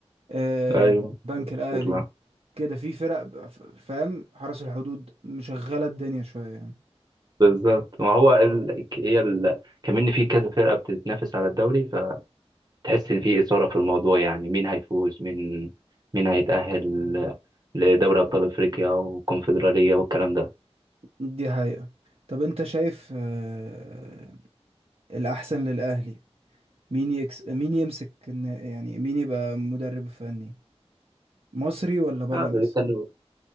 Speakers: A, on the right; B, on the right.
A: آه،
B: ايوه
A: بنك الاهلي
B: بيطلع
A: كده في فرق ب- ف- فاهم حرس الحدود مشغلة الدنيا شوية يعني
B: بالظبط ما هو ال... هي ال... كمان في كذا فرقة بتتنافس على الدوري فتحس ان في إثارة في الموضوع يعني مين هيفوز مين مين هيتأهل لدوري أبطال أفريقيا والكونفدرالية والكلام ده
A: دي حقيقة طب انت شايف آه، الاحسن للاهلي مين يكس... مين يمسك إن- يعني مين يبقى مدرب فني مصري ولا بره
B: آه،
A: مصر
B: كانوا